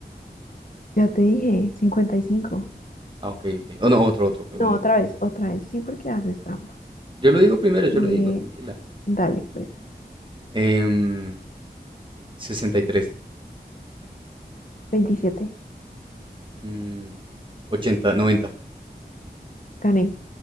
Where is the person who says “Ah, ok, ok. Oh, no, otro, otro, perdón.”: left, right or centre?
Right